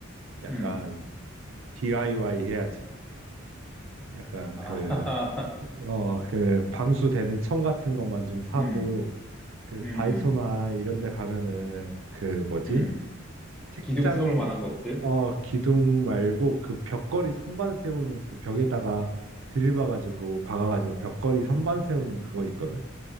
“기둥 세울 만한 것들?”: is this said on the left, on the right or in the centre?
Centre